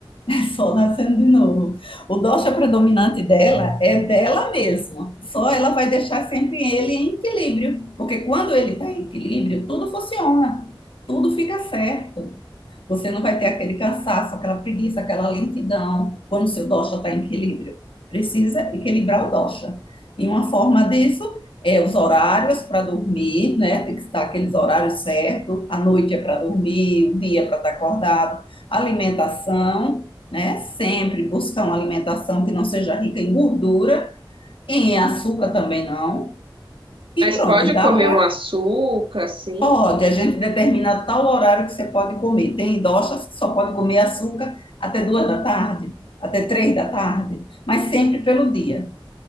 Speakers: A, on the left; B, on the right.
A: <laughs> Sol nascendo de novo. O dosha predominante dela é dela mesma. Só ela vai deixar sempre ele em equilíbrio, porque quando ele está em equilíbrio, tudo funciona, tudo fica certo. Você não vai ter aquele cansaço, aquela preguiça, aquela lentidão quando o seu dosha está em equilíbrio. Precisa equilibrar o dosha. E uma forma disso é os horários para dormir, né? Tem que estar aqueles horários certos. A noite é para dormir, o dia é para estar acordado. Alimentação, né? Sempre buscar uma alimentação que não seja rica em gordura, em açúcar também não. E
B: Mas
A: pronto,
B: pode
A: dá
B: comer
A: para
B: um açúcar, assim,
A: Pode, a gente determina tal horário que você pode comer. Tem idosas que só pode comer açúcar até duas da tarde, até três da tarde, mas sempre pelo dia.